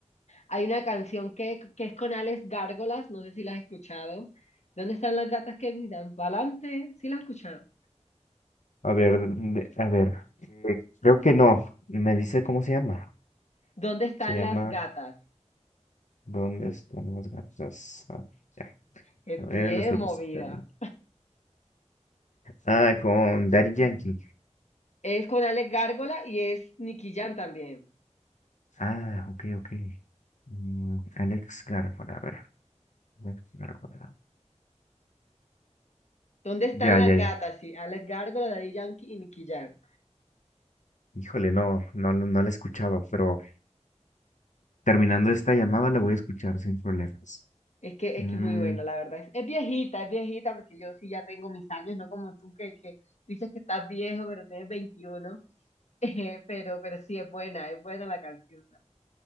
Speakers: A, on the left; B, on the left.
A: hay una canción que, que es con Alex Gárgolas, no sé si la has escuchado. ¿Dónde están las gatas que miran? ¿Pa'lante? ¿Sí la has escuchado?
B: A ver, de- a ver. eh, creo que no. Me dice cómo se llama.
A: ¿Dónde están
B: Se llama
A: las gatas?
B: ¿Dónde están las gatas? Ah, ya.
A: Es
B: A ver,
A: bien
B: lo estoy
A: movida.
B: buscando. Ah, con Daddy Yankee.
A: Es con Alex Gárgola y es Nicky Jam también.
B: Ah, ok, ok. Mm, Alex Gárgola, a ver. Alex Gárgola.
A: ¿Dónde están
B: Ya,
A: las
B: ya,
A: gatas?
B: ya.
A: Sí, Alex Gárgola, Daddy Yankee y Nicky Jam.
B: Híjole, no, no, no no la escuchaba, pero terminando esta llamada la voy a escuchar sin problemas.
A: Es que,
B: Mm,
A: es que es muy bueno, la verdad. Es, es viejita, es viejita, porque yo sí ya tengo mis años, no como tú que, que dices que estás viejo, pero tienes veintiuno <laughs> pero, pero sí es buena, es buena la canción.